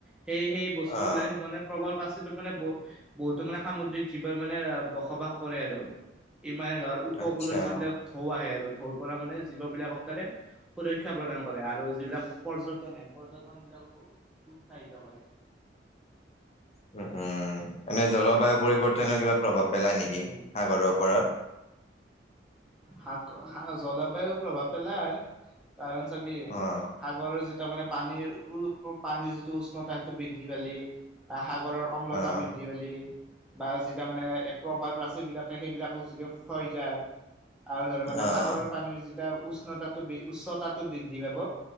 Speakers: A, in the centre; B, on the left.
A: সেই সেই বস্তুবিলাক
B: অ
A: মানে প্ৰবাল পাচ- মানে ব বহুতো মানে সামুদ্ৰিক জীৱন মানে বসবাস কৰে আৰু। ইমাৰৰ ধৰ উপকুলৰ
B: আচ্ছা
A: যিবিলাক ধৌ আহে আৰু ধৌ পৰা মানে জীৱ বিলাকক তাতে সুৰক্ষা প্ৰদান কৰে আৰু যিবিলাক পৰ্যটনে পৰ্যটন বিলাককো উৎসাহিত কৰে।
B: উম উম, উম এনে জলবায়ু পৰিৱৰ্তনৰ
A: উম
B: কিবা প্ৰভাৱ পেলায়
A: তাকেই
B: নেকি সাগৰৰ ওপৰত।
A: সাগ জলবায়ু প্ৰভাৱ পেলায় কাৰণ চাবি
B: অ',
A: সাগৰৰ যি তাৰ মানে পানীৰ পানীৰ যিটো উষ্ণতা সেইটো বৃদ্ধি পালি সাগৰৰ অম্লতা
B: অ',
A: বৃদ্ধি পালী বা যিটো মানে প্ৰবল প্ৰাচীবিলাক সেইবিলাকক যদি ক্ষয় যায় আৰু ধৰ মানে
B: অ',
A: সাগৰৰ
B: অ',
A: পানীৰ যেতিয়া উষ্ণতাটো উচ্চতাটো বৃদ্ধি পাব